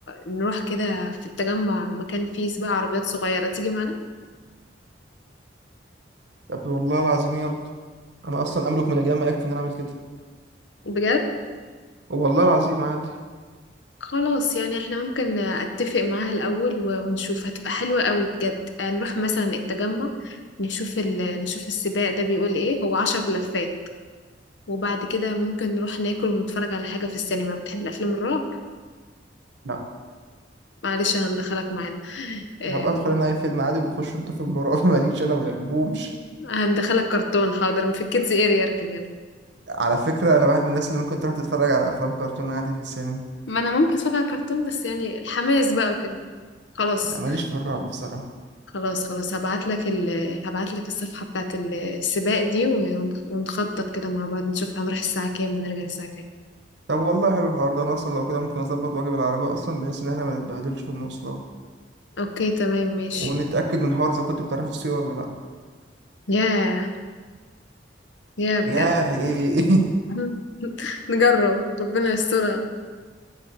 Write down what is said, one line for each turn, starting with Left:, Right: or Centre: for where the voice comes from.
Left: نروح كده في التجمع مكان فيه سباق عربيات صغيره تيجي معانا
Right: طب والله العظيم يلا انا اصلا املك من الجنان ما يكفي ان انا اعمل كده
Left: بجد
Right: والله العظيم عادي
Left: خلاص يعني احنا ممكن اتفق معاها الاول و- ونشوف هتبقى حلوه قوي بجد آه، نروح مثلا التجمع نشوف ال... نشوف السباق ده بيقول ايه هو عشر لفات وبعد كده ممكن نروح ناكل ونتفرج على حاجه في السينما بتحب الافلام الرعب
Right: لا
Left: معلش هندخلك معانا <laughs> آم،
Right: هبقى ادخل انا اي فيلم عادي وبخش انتوا في المراقبه <laughs> ماليش انا ما بحبهمش
Left: هندخلك كرتون حاضر في الكيدز اريا اركن يلا
Right: على فكره انا واحد من الناس اللي ممكن تروح تتفرج على افلام كرتون عادي في السينما
Left: ما انا ممكن فجأة كرتون بس يعني الحماس بقى كده خلاص
Right: لا ماليش في الرعب بصراحه
Left: خلاص خلاص هبعت لك ال... هبعت لك الصفحة بتاعت ال- السباق دي ون- ونخطط كده مع بعض نشوف هنروح الساعة كام ونرجع الساعة كام
Right: طب والله حلو الحوار ده انا اصلا لو كده ممكن اظبط واجيب العربيه اصلا بحيث ان احنا ما نتبهدلش في المواصلات
Left: اوكي تمام ماشي
Right: ونتاكد من حوار اذا كنت بتعرف السوق ولا لا
Left: ياه ياه بجد
Right: ياه ايه <laughs>
Left: <laughs> نجرب ربنا يسترها